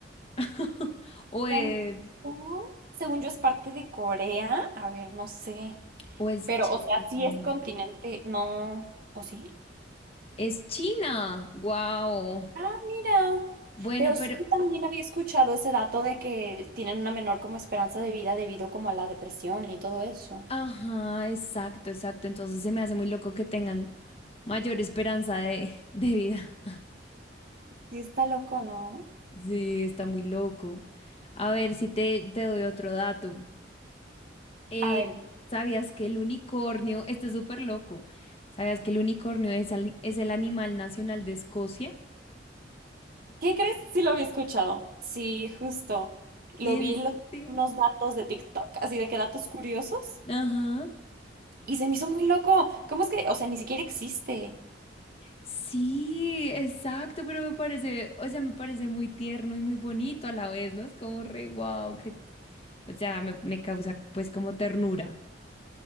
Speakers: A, on the left; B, on the right.
A: <laughs> ¿O es,
B: Hong Kong, según yo, es parte de Corea. A ver, no sé.
A: o es
B: Pero,
A: China?
B: o sea, sí es continente. No. ¿O sí?
A: Es China, wow.
B: Ah, mira.
A: Bueno,
B: Pero sí
A: pero
B: yo también había escuchado ese dato de que tienen una menor como esperanza de vida debido como a la depresión y todo eso.
A: Ajá, exacto, exacto. Entonces se me hace muy loco que tengan mayor esperanza de, <laughs> de vida.
B: Sí está loco, ¿no?
A: Sí, está muy loco. A ver si te, te doy otro dato. Eh,
B: A ver, di-
A: ¿sabías que el unicornio, este es súper loco, ¿sabías que el unicornio es, al- es el animal nacional de Escocia?
B: ¿qué crees? Sí lo había escuchado. Sí, justo. Lo
A: ¿En
B: vi en los-
A: serio?
B: unos datos de TikTok, así de que datos curiosos.
A: Ajá.
B: Y se me hizo muy loco. ¿Cómo es que, o sea, ni siquiera existe?
A: Sí, exacto, pero me parece, o sea, me parece muy tierno y muy bonito a la vez, ¿no? Es como re guau, que, o sea, me, me causa pues como ternura.